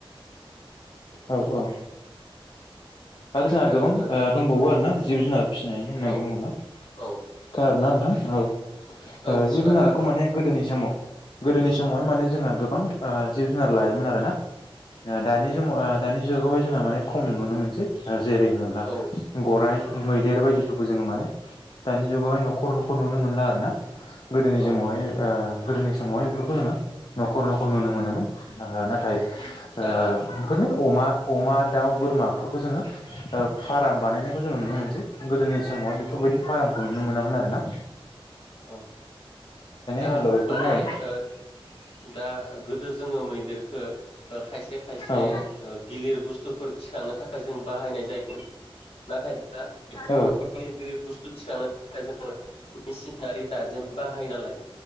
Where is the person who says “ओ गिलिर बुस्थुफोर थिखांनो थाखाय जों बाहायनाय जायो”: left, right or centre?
Left